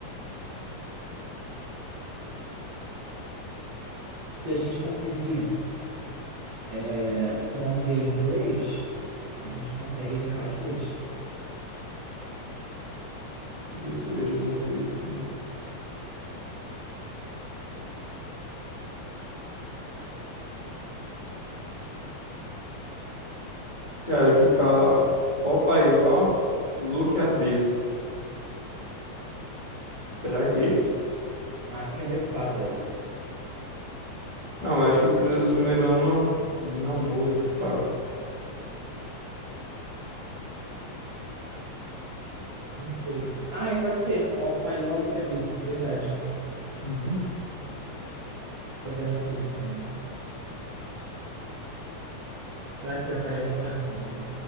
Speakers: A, on the right; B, on the left.
A: Se a gente conseguir é, o nome dele em inglês, a gente consegue linkar os dois.
B: Deixa eu ver se eu vejo alguma coisa aqui. Cara, que fala ó paió, look at this. Será que é isso?
A: Acho que é The Father.
B: Não, eu acho que o pri- os primeiros nomes não, não mudam, se pá.
A: Não sei. Ah, é, pode ser. O Paiolo que é desse, verdade.
B: Uhum.
A: Tô vendo aqui também. Será que aparece lá? Entendi.